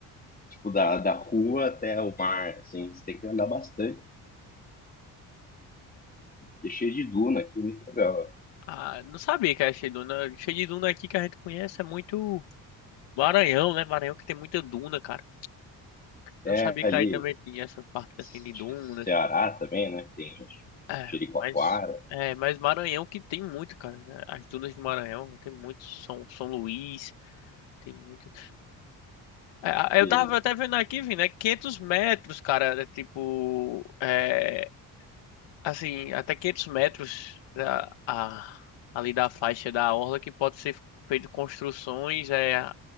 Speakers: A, on the left; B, on the left.
A: Tipo, da, da rua até o mar, assim. Você tem que andar bastante. E é cheio de duna aqui, muito legal.
B: Ah, não sabia que era cheio de duna. Cheio de duna aqui que a gente conhece é muito Maranhão, né? Maranhão que tem muita duna, cara. Não
A: É
B: sabia
A: ali,
B: que aí também tinha essas partes
A: acho
B: assim de dunas.
A: que Ceará também, né? que Tem
B: É,
A: Jericoacoara.
B: mas. É, mas Maranhão que tem muito, cara. As dunas do Maranhão, tem muito. São, São Luís, tem muito. É, eu
A: E,
B: tava até vendo aqui, Vini, é Quinhentos metros, cara. É tipo, é, assim, até 500 metros da, a- ali da faixa da orla que pode ser feito construções, é,